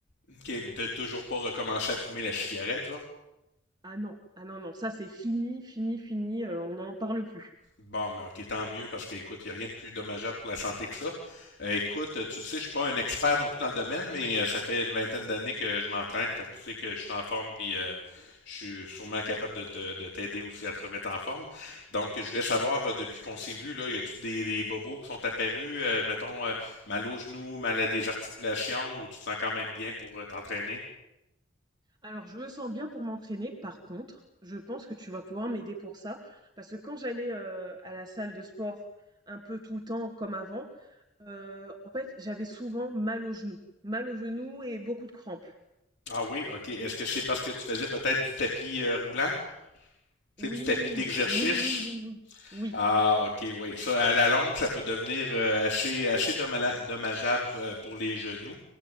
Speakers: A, on the left; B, on the right.
A: Ok, mais t'as toujours pas recommencé à fumer la cigarette, là?
B: Ah non, ah non, non, ça, c'est fini, fini, fini, heu, on n'en parle plus.
A: Bon, mais ok, tant mieux, parce qu'écoute, il n'y a rien de plus dommageable pour la santé que ça. Euh, écoute, tu le sais, je suis pas un expert non plus dans le domaine, mais euh, ça fait une vingtaine d'années que je m'entraîne, fait que tu sais que je suis en forme, puis euh, je suis sûrement capable de te- de t'aider aussi à te remettre en forme. Donc, je voulais savoir, euh, depuis qu'on s'est vu, là, y a-tu des, des bobos qui sont apparus, euh, mettons, euh, mal aux genoux, mal à des articulations, ou tu te sens quand même bien pour euh, t'entraîner?
B: Alors je me sens bien pour m'entraîner, par contre, je pense que tu vas pouvoir m'aider pour ça, parce que quand j'allais, heu, à la salle de sport un peu tout le temps comme avant, heu, en fait, j'avais souvent mal aux genoux mal aux genoux et beaucoup de crampes.
A: Ah oui, ok. Est-ce que c'est parce que tu faisais peut-être du tapis euh, roulant? Tu
B: Oui,
A: sais, du tapis d'exercice?
B: oui, oui, oui, oui. Oui.
A: Ah, ok, oui. Ça, à la longue, ça peut devenir euh, assez, assez domma- dommageable euh, pour les genoux.